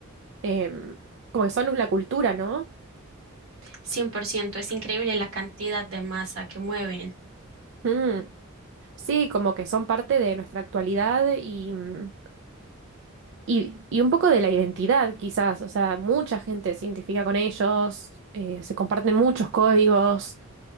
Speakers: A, on the right; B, on the right.
A: em, como que son la cultura, ¿no?
B: Cien por ciento. Es increíble la cantidad de masa que mueven.
A: Mm. Sí, como que son parte de nuestra actualidad y mm, Y, y un poco de la identidad, quizás, o sea, mucha gente se identifica con ellos, eh, se comparten muchos códigos.